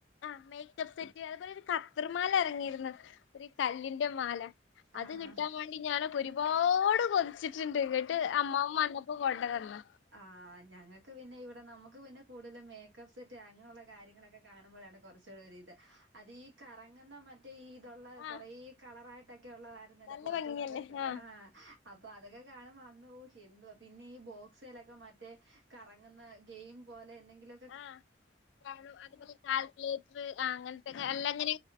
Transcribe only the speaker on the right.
ആഹ്
ആഹ് ഞങ്ങക്ക് പിന്നെ ഇവിടെ നമുക്ക് പിന്നെ കൂടുതലും മേക്കപ്പ് സെറ്റ് അങ്ങനെയുള്ള കാര്യങ്ങളൊക്കെ കാണുമ്പോഴാണ് കുറച്ചൂടി ഇത് അതീ കറങ്ങുന്ന മറ്റേ ഈ ഇതുള്ള
കുറേ കളറായിട്ടൊക്കെ ഉള്ളത തൊന്നല്ല
പൊർതുന്നൊക്കെ
ആഹ് അപ്പൊ അതൊക്കെ കാണുമ്പ അന്നൂ ഹെന്തുവാ പിന്നെ ഈ ബോ ക്സലൊക്കെ മറ്റേ കറങ്ങുന്ന ഗെയിം പോലെ എന്തെങ്കിലൊ
ആഹ്